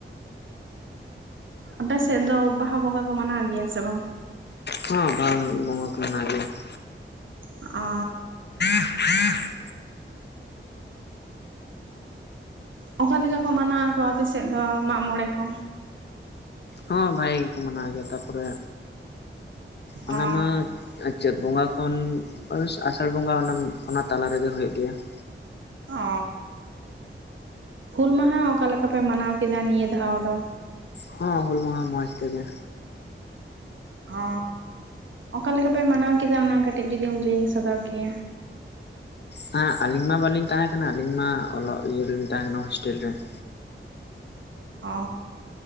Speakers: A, on the right; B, on the left.
A: <inaudible> ᱟᱯᱮ ᱥᱮᱫ ᱫᱚ ᱵᱟᱦᱟ ᱵᱚᱸᱜᱟ ᱠᱚ ᱢᱟᱱᱟᱣ ᱜᱮᱭᱟ ᱥᱮ ᱵᱟᱝ?
B: ᱦᱚ, ᱵᱟᱦᱟ <unintelligible> ᱵᱚᱸᱜᱟ ᱠᱚ ᱢᱮᱱᱟᱣ ᱜᱮᱭᱟ ᱾
A: ᱚᱻ
B: <inaudible>
A: ᱚᱠᱟ ᱞᱮᱠᱟ ᱠᱚ ᱢᱟᱱᱟᱣ ᱟᱠᱚ ᱟᱯᱮ ᱥᱮᱫ ᱫᱚ ᱢᱟᱜ ᱢᱚᱬᱮ ᱠᱚ?
B: ᱦᱚᱸ ᱵᱷᱟᱜᱮ ᱜᱮᱠᱚ ᱢᱟᱱᱟᱣ ᱜᱮᱭᱟ ᱾ ᱛᱟᱯᱚᱨᱮ
A: ᱚ
B: ᱚᱱᱟ ᱢᱟ ᱟᱨ ᱪᱟᱹᱛ ᱵᱚᱸᱜᱟ ᱠᱷᱚᱱ ᱟᱥᱟᱲ ᱵᱚᱸᱜᱟ ᱚᱱᱟ ᱚᱱᱟ ᱛᱟᱞᱟ ᱨᱮᱜᱮ ᱦᱳᱭᱳᱜ ᱜᱮᱭᱟ ᱾
A: ᱚᱻ, ᱦᱩᱞ ᱢᱟᱦᱟ ᱚᱠᱟ ᱞᱮᱠᱟ ᱯᱮ ᱢᱟᱱᱟᱣ ᱠᱮᱫᱟ ᱱᱤᱭᱟᱹ ᱫᱷᱟᱣ ᱫᱚ?
B: ᱦᱚᱸ ᱦᱩᱞ ᱢᱟᱦᱟ ᱢᱚᱸᱡᱽ ᱛᱮᱜᱮ
A: ᱚᱻ, ᱚᱠᱟ ᱞᱮᱠᱟ ᱯᱮ ᱢᱟᱱᱟᱣ ᱠᱮᱫᱟ? ᱚᱱᱟ ᱠᱟᱹᱴᱤᱡ ᱡᱩᱫᱤᱢ ᱞᱟᱹᱭ ᱥᱚᱫᱚᱨ ᱠᱮᱭᱟ ᱾
B: ᱦᱮᱸ ᱟᱹᱞᱤᱧ ᱢᱟ ᱵᱟᱹᱞᱤᱧ ᱛᱟᱦᱮ ᱠᱟᱱᱟ, ᱟᱹᱞᱤᱧ ᱢᱟ ᱚᱞᱚᱜ ᱤᱭᱟᱹ ᱨᱮᱞᱤᱧ ᱛᱟᱦᱮ ᱠᱟᱱᱟ ᱦᱳᱥᱴᱮᱞ ᱨᱮ ᱾
A: ᱚ